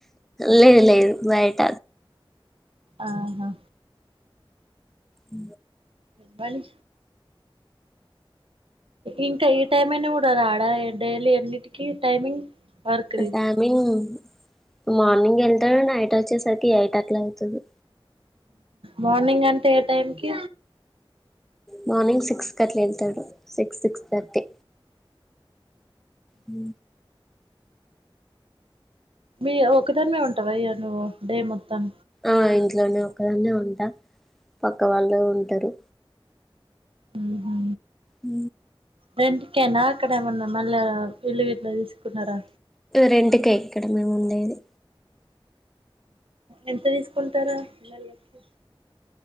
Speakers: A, in the centre; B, on the right (about 75°).
A: లేదు లేదు బయట
B: ఆహా
A: అ
B: మళ్లీ ఇంకా ఈ టైం అయినా కూడా రాడా డైలీ ఎన్నిటికిీ టైమింగ్ వర్క్ది
A: టైమింగ్ మార్నింగ్ వెళ్తాడు నైట్ వచ్చేసరికి ఎయిట్ అట్లా అయితది
B: మార్నింగ్ అంటే ఏ టైంకి
A: మార్నింగ్ సిక్స్ అట్లా వెళ్తాడు సిక్స్ సిక్స్ థర్టీ ఉ
B: మీ ఒకదానిమే ఉంటావ ఇగా నువ్వు డే మొత్తం
A: ఆ ఇంట్లోనే ఒక్కదాన్నే ఉంటా పక్క వాళ్ళు ఉంటారు
B: ఉహూ
A: అ
B: రెంటూకేనా అక్కడ ఏమన్నా మళ్ళా ఇల్లు గిట్ల తీసుకున్నారా
A: రెంటుకే ఇక్కడ మేము ఉండేది
B: ఎంత తీసుకుంటారా నెలకి